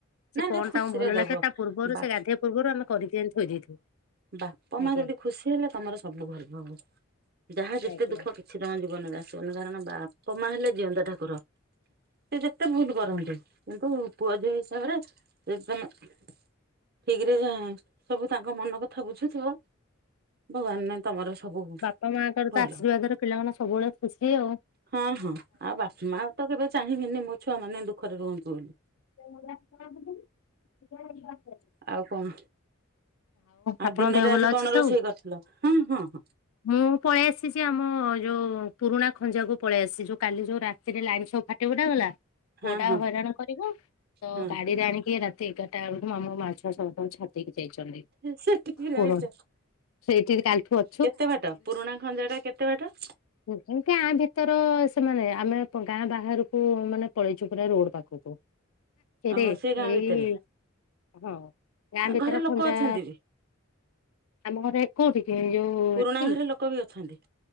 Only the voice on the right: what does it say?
ନାଇଁ
ନାଇଁ ଖୁସିରେ
ଦବ
ବା
ବାପ,
ମା ଯଦି ଖୁସି ହେଲେ ତମର ସବୁ ଭଲ ହବ, ଯାହା ଯେତେ
ଦୁଃଖ କି କିଛି ତମ ଜୀବନରେ ଆସିବନି କାରଣ ବାପା, ମା ହେଲେ ଜିଅନ୍ତା ଠାକୁର। ସେ ଯେତେ ଭୁଲ୍ କରନ୍ତୁ
କିନ୍ତୁ ପୁଅ, ଝିଅ ହିସାବରେ ଯଦି ତମେ ଠିକ୍ ରେ ଯେ ସବୁ ତାଙ୍କ ମନ କଥା ବୁଝୁଥିବ ଭଗବାନ ମାନେ ତମର ସବୁ
ଭଲ।
ହଁ ହଁ ଆଉ ବାପା, ମା ତ କେବେ ଚାହିଁବେନି ମୋ ଛୁଆ ମାନେ ଦୁଃଖରେ ରୁହନ୍ତୁ ବୋଲି।
ଆଉ କଣ,
ଆଉ ଦିନରେ
ଆଜି
କଣ
ରୋଷେଇ କରିଥିଲ? ହୁଁ, ହଁ ହଁ।
ହଁ
ହଁ
ହଁ
ହଁ ସେଠିକି ରହିଛ
କେତେ ବାଟ ପୁରୁଣା ଖଞ୍ଜା ଟା କେତେ ବାଟ?
ଓହୋ ସେ ଗାଁ
ଭିତରେ
ଘରେ ଲୋକ
ଅଛନ୍ତି ବି
ପୁରୁଣା
ଘରେ ଲୋକ ବି ଅଛନ୍ତି।